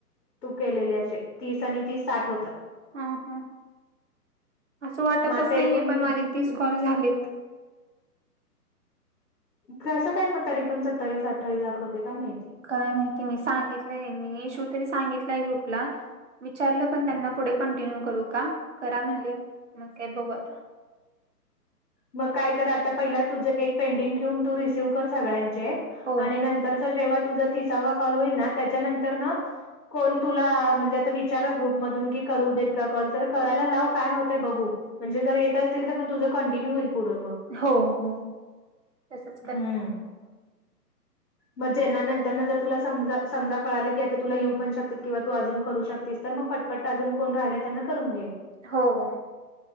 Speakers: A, on the left; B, on the right.
A: तू केलेले असे, तीस आणि तीस साठ होतात.
B: हा हा, असं वाटतच
A: मग आता
B: नाहीय
A: एकूण
B: पण
A: तुझी
B: माजे
A: किती
B: तीस कॉल झालेत.
A: कसं काय मग तरी पण सत्तावीस, अठ्ठावीस, दाखवतंय काय माहित?
B: काय माहिती मी सांगितलंय मी, इश्यू तरी सांगितलंय ग्रुपला. विचारलं पण त्यांना पुढे कंटिन्यू करू का? करा म्हणले, मग काय बघू आता.
A: मग काय कर आता पहिला तुझ एक पेंडिंग ठेवून, तू रिसीव्ह कर सगळ्यांचे
B: हो
A: आणि नंतर जेव्हा तुझा तिसावा कॉल होईल ना, त्याच्यानंतरन कोण तुला म्हणजे आता विचारा ग्रुपमधून की करू देत का कॉल, तर करायला लाव काय होत तर बघू म्हणजे जर येत असतील तर मग तुझं कंटिन्यू होईल पुढं मग.
B: हो हो, तसंच करते.
A: हम्म. मग ज्यांना नंतरन जर तुला समजा -समजा कळालं, की आता तुला येऊ पण शकतेत किंवा तू अजून करू शकतेस तर मग पट पट अजून कोण राहिलंय त्यांना करून घे.
B: हो हो,